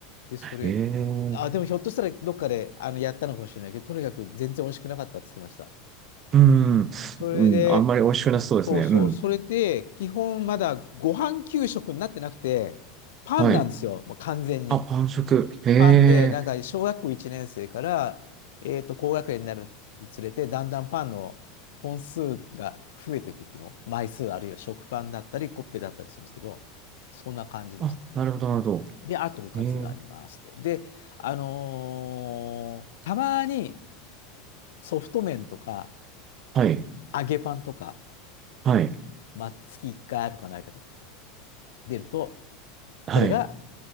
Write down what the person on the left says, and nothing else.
で、それ、
あ、でもひょっとしたらどっかであのやったのかもしれないけど、とにかく全然美味しくなかったって言ってました。
それで、
そうそう、
それで、基本まだご飯給食になってなくて、パンなんですよ、
もう完全に。
パンで、なんか小学校1年生から、えっと、高学年になるにつれて、だんだんパンの本数が増えていくっていうの、枚数あるいは食パンだったり、コッペだったりするんですけど、そんな感じでした。
で、あとおかずがありますと。
で、あのーたまにソフト麺とか
揚げパンとか、
まあ、月1回あるかないかですけど、出ると、これが、